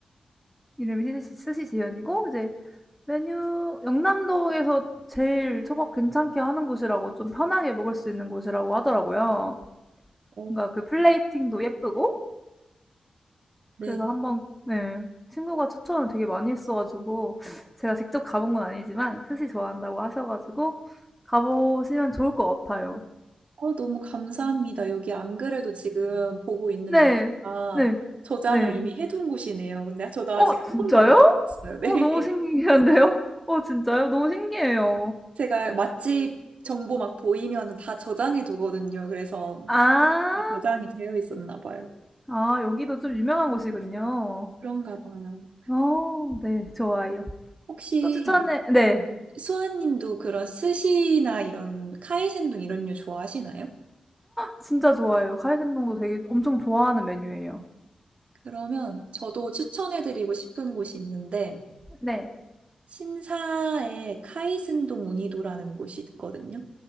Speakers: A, in the centre; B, on the right.
A: 이름이 스시 스시지현이고 이제 메뉴 영남동에서 제일 초밥 괜찮게 하는 곳이라고 좀 편하게 먹을 수 있는 곳이라고 하더라고요.
B: 어,
A: 뭔가 그 플레이팅도 예쁘고
B: 네.
A: 그래서 한번 네. 친구가 추천을 되게 많이 했어 가지고 제가 직접 가본 건 아니지만 스시 좋아한다고 하셔 가지고 가보시면 좋을 것 같아요.
B: 어, 너무 감사합니다. 여기 안 그래도 지금 보고 있는데,
A: 네.
B: 아,
A: 네.
B: 저장을
A: 네.
B: 이미 해둔 곳이네요. 근데 저도 아직
A: 어
B: 한
A: 진짜요?
B: 번도 안 봤어요. 네.
A: 어 너무
B: <laughs>
A: 신기한데요? 어 진짜요? 너무 신기해요.
B: 제가 맛집 정보 막 보이면 다 저장해 두거든요. 그래서
A: 아.
B: 이게 저장이 되어 있었나 봐요.
A: 아 여기도 좀 유명한 곳이군요.
B: 그런가 봐요.
A: 어 네. 좋아요.
B: 혹시
A: 또 추천해 네.
B: 수아님도 그런 스시나 이런 카이센동 이런 류 좋아하시나요?
A: 진짜 좋아해요. 카이센동도 되게 엄청 좋아하는 메뉴예요.
B: 그러면 저도 추천해드리고 싶은 곳이 있는데,
A: 네.
B: 신사에 카이센동 우니도라는 곳이 있거든요.